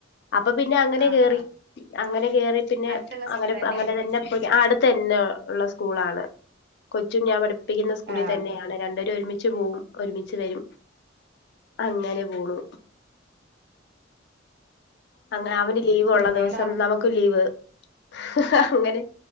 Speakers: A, on the left; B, on the right.
A: അപ്പൊ പിന്നെ അങ്ങനെ
B: ആഹ്
A: കേറി
B: ആഹ്
A: അങ്ങനെ കേറി പിന്നെ
B: അടുത്തുള്ള
A: അങ്ങനെ
B: സ്കൂൾ തന്നെയായിരിക്കും
A: അങ്ങനെ തന്നെ ഇപ്പൊ ആ അടുത്തന്നെ ഏഹ് ള്ള സ്കൂളാണ് കൊച്ചും ഞാൻ പഠി പ്പിക്കുന്ന സ്കൂളി
B: ആഹ്
A: തന്നെയാണ് രണ്ടേരും ഒരുമി മിച്ച് പോവും ഒരുമിച്ച് വെരും അങ്ങനെ പോണു. അങ്ങനെ അവന് ലീവുള്ള
B: പിന്നെടാ
A: ദിവസം നമുക്ക് ലീവ് ങ് ഹ അങ്ങനെ